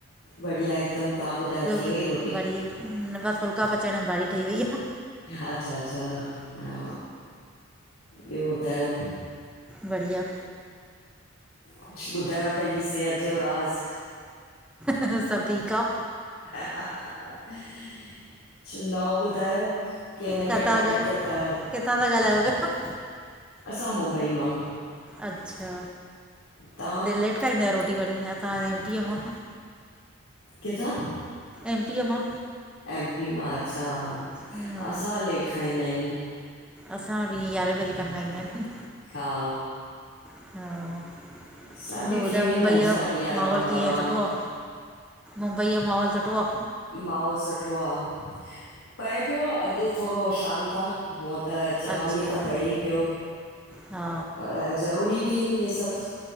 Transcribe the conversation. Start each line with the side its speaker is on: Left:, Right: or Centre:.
Left: बढ़िया हिकदम। तां ॿुधायो थी वेई
Centre: बसि
Left: रोटी?
Centre: बढ़िया न बस फुलका पचाइण आहिन। भाॼी ठही वई आ।
Left: अच्छा अच्छा हा ॿियो ॿुधायो
Centre: बढ़िया
Left: कुछ ॿुधायो पंहिंजी सेहत जो राज़
Centre: सभ ठीक आ
Left: कुछ नओं ॿुधायो कंहिं न कंहिं
Centre: किथां
Left: टॉपिक
Centre: खां
Left: ते त,
Centre: किथां था ॻाल्हायो पिया
Left: असां मुंबई मां
Centre: अच्छा
Left: तव्हां
Centre: त लेट खाईंदा आयो रोटी वरी तवां। एम पीअ मां
Left: किथां
Centre: एम पीअ मां
Left: एमपी मां अच्छा,
Centre: हा
Left: असां लेट खाईंदा आहियूं
Centre: असां भी यारहें बजे खन खाईंदा आहिन
Left: हा
Centre: हा
Left: असां
Centre: ॿियो
Left: बि थी
Centre: ॿुधायो
Left: वेंदा
Centre: मुंबईअ
Left: आहिनि साढी
Centre: जो
Left: यारहं
Centre: माहौल
Left: ॿारहं
Centre: कीअं आ, सुठो आ? मुंबईअ जो माहौल सुठो आ?
Left: माहोल सुठो आ। पए पियो, अॼु थोरो शांत आ। हुअं त चङा
Centre: अच्छा
Left: ॾींहं त पए ई पियो
Centre: हा
Left: पर ज़रूरी बि आहिन इहे सभ